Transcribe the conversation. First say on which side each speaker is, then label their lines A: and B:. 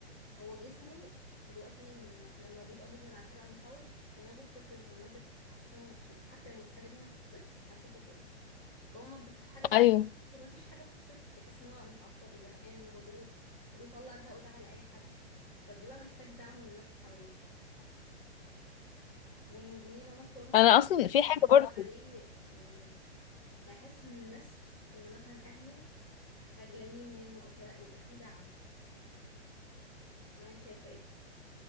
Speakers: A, on the left (about 40°); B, on the left (about 55°).
A: هو جسمه دلوقتي م- لما بيبقى مدمن على حاجة أو متعود دماغه بتفرز هرمونات بتحسسه إن هو مبسوط حتى لو الحاجة دي ما بتبسطش بتحسسه كده فهو ما بتح... الحاجة دي
B: ايوه
A: ما بتبسطش وما فيش حاجة بتبسطه بيحس إن هو متعصب وزهقان ومضغوط وبيطلع زهقه ده على أي حد فبيبقى محتاج دعم من الناس اللي حواليه والمدمنين هما بتوع المخدرات
B: انا اصلا
A: ما يحسش
B: في حاجه
A: إن
B: برضه
A: هو عليه يعني ما يحسش إن الناس إن مثلا أهله خجلانين منه أو كده لأ، يبقى فيه دعم ولا أنت شايفة إيه؟